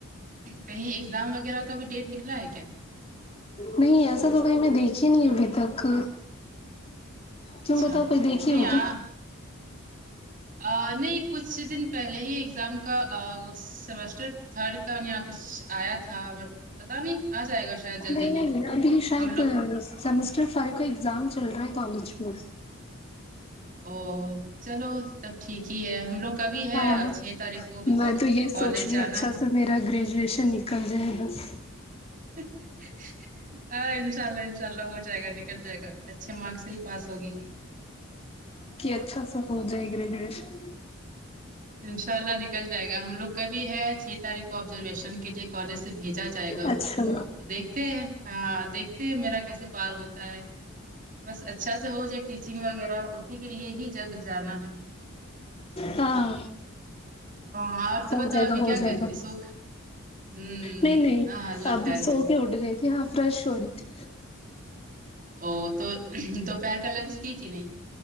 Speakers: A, on the right; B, on the left.
A: کہیں اگزام وغیرہ کا بھی ڈیٹ نکلا ہے کیا
B: نہیں ایسا تو کہیں میں دیکھی نہیں ابھی تک
A: اچھا
B: تم بتاؤ
A: نہیں
B: کوئی دیکھی ہو
A: یار
B: کیا
A: ا نہیں کچھ دن پہلے ہی ایگزام کا ا سیمسٹر تھرڈ کا یا کچھ آیا تھا بٹ پتا نہیں آ جائے گا شاید جلدی
B: نہیں نہیں
A: ہی
B: ابھی شاید
A: ہم لوگ
B: سیمسٹر فائیو کا ایگزام چل رہا ہے کالج میں
A: او چلو سب ٹھیک ہی ہے ہم لوگ کبھی ہے
B: ہاں
A: اور چھ تاریخ کو بھی
B: میں تو یہی
A: کالج
B: سوچ رہی
A: جانا
B: ہوں اچھا
A: ہے
B: سے میرا گریجویشن نکل جائے بس
A: ہاں انشاء اللہ انشاء اللہ ہو جائے گا نکل جائے گا اچھے مارکس سے ہی پاس ہوگی
B: کی اچھا سا ہو جائے گریجویشن
A: انشاء اللہ نکل جائے گا ہم لوگ کبھی ہے چھ تاریخ آبزرویشن کے لیے کالج سے بھیجا جائے گا
B: اچھا
A: تو دیکھتے ہیں ہ دیکھتے ہیں میرا کیسے پار ہوتا ہے بس اچھا سے ہو جائے ٹیچنگ وغیرہ اسی کے لیے ہی جب جانا ہے
B: ہاں
A: ہاں اور تو
B: سب
A: بتاؤ
B: جاگا
A: ابھی
B: ہو
A: کیا
B: جائے
A: کر رہی
B: گا
A: تھی سو ہوں
B: نہیں نہیں
A: ہاں اللہ
B: اب
A: خیر
B: سو
A: کرے
B: کے اٹھ گئے تھی ہاں فریش ہو رہی تھی
A: او تو دوپہر کا لنچ کی کہ نہیں